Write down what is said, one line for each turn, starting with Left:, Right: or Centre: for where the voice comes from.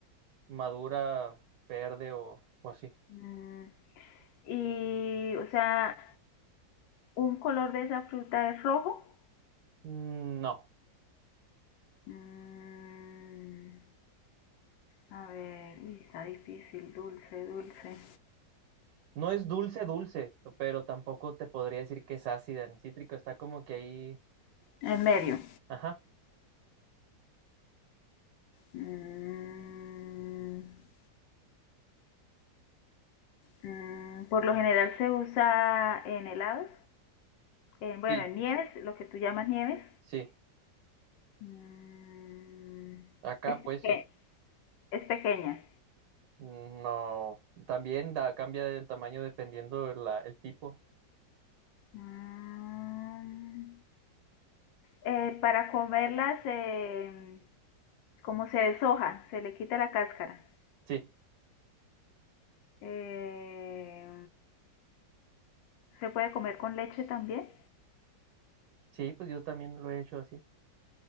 Right: madura, verde o, o así.
Left: mm, y, o sea, ¿un color de esa fruta es rojo?
Right: Mm, No.
Left: Mm, a ver, uy, está difícil, dulce, dulce.
Right: No es dulce, dulce, pero tampoco te podría decir que es ácida ni cítrico. Está como que ahí.
Left: En medio.
Right: Ajá.
Left: Mm, Mm, por lo general se usa en helados, en, bueno,
Right: Sí,
Left: en nieves, lo que tú llamas nieves.
Right: sí.
Left: Mm,
Right: Acá,
Left: es,
Right: pues sí.
Left: peque- es pequeña.
Right: No. También da, cambia el tamaño dependiendo la, el tipo.
Left: Mm, eh, para comerlas, eh, como se deshoja, se le quita la cáscara.
Right: Sí,
Left: Eh, se puede comer con leche también.
Right: sí, pues yo también lo he hecho así.